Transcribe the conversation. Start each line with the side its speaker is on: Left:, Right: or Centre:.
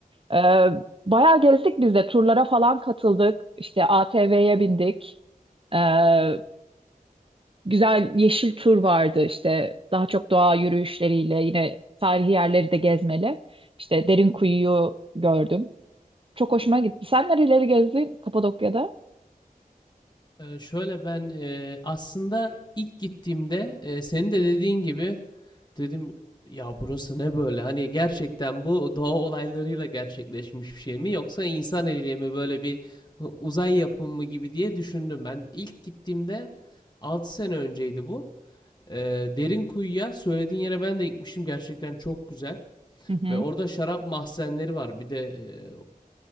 Right: Ee, bayağı gezdik biz de turlara falan katıldık. İşte ATV'ye bindik. Ee, güzel yeşil tur vardı işte daha çok doğa yürüyüşleriyle yine tarihi yerleri de gezmeli. İşte Derinkuyu'yu gördüm. Çok hoşuma gitti. Sen nereleri gezdin Kapadokya'da?
Left: Ee, şöyle ben e, aslında ilk gittiğimde e, senin de dediğin gibi dedim ya burası ne böyle? Hani gerçekten bu doğa olaylarıyla gerçekleşmiş bir şey mi yoksa insan eliyle mi böyle bir uzay yapımı gibi diye düşündüm. Ben ilk gittiğimde 6 sene önceydi bu. Ee, derin kuyuya söylediğin yere ben de gitmişim Gerçekten çok güzel.
Right: Hı hı.
Left: Ve orada şarap mahzenleri var. Bir de e,